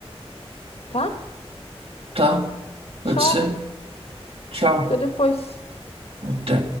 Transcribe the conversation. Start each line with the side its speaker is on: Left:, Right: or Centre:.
Left: tá?
Right: Tá,
Left: Tchau.
Right: pode ser. Tchau.
Left: Até depois.
Right: Até.